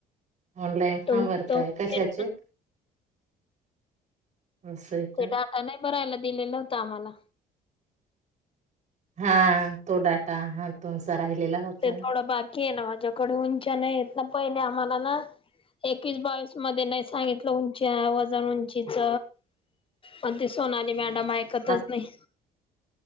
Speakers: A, on the right; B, on the left.
A: ऑनलाईन फॉम
B: तुमच
A: भरताय
B: तो
A: कशाचे
B: केलं ना
A: अस हाय का
B: ते डाटा नाही भरायला दिलेलं होत आम्हाला.
A: हा तो डाटा ह तुमचा राहिलेला होता
B: ते
A: ना
B: थोडं बाकी ना माझ्याकडे उंच्या नाही येत ना पहिले आम्हाला ना एकवीस बावीस मध्ये नाही सांगितलं उं वजन उंचीच म सोनाली म कामं ऐकतच
A: आत-
B: नाही